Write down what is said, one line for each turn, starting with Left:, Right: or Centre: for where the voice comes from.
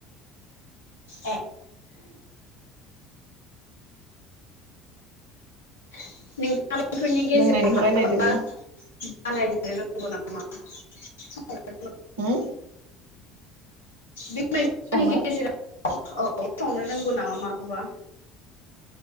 Left: ए <unintelligible>
Right: लोंनायनिखौ रायलायदोलै
Left: <unintelligible>
Right: होम?
Left: बे मैगंफोरनि
Right: संनो
Left: गेजेराव औ संनो रोंगौ नामा माखौबा?